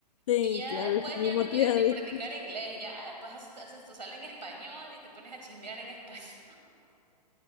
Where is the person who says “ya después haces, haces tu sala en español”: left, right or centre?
Right